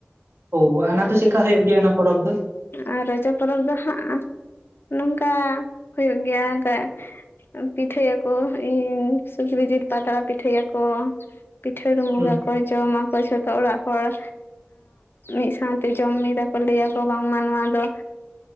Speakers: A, on the right (about 85°); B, on the left (about 60°).
A: ᱳ ᱚᱱᱟ ᱫᱚ ᱪᱮᱫᱠᱟ ᱦᱩᱭᱩᱜ ᱜᱮᱭᱟ ᱚᱱᱟ ᱯᱚᱨᱚᱵᱽ ᱫᱚ?
B: ᱟᱨ ᱨᱚᱡᱚ ᱯᱚᱨᱚᱵᱽ ᱫᱚ ᱦᱟᱸᱜ ᱱᱚᱝᱠᱟ ᱦᱩᱭᱩᱜ ᱜᱮᱭᱟ ᱚᱱᱠᱟᱼᱼ ᱯᱤᱴᱷᱟᱹᱭᱟᱠᱚ ᱤᱭᱟᱹ ᱥᱩᱠᱨᱤ ᱡᱤᱞ ᱯᱟᱛᱲᱟ ᱯᱤᱴᱷᱟᱹᱭᱟᱠᱚ ᱾ ᱯᱤᱴᱷᱟᱹ ᱰᱩᱢᱵᱩᱜᱟᱠᱚ
A: ᱦᱩᱸ
B: ᱡᱚᱢᱟᱠᱚ ᱡᱚᱛᱚ ᱚᱲᱟᱜ ᱦᱚᱲᱼᱼ ᱢᱤᱫ ᱥᱟᱶᱛᱮ ᱡᱚᱢ ᱢᱤᱫ ᱟᱠᱚ ᱞᱟᱹᱭᱟᱠᱚ ᱵᱟᱝᱢᱟ ᱱᱚᱣᱟ ᱫᱚᱼᱼ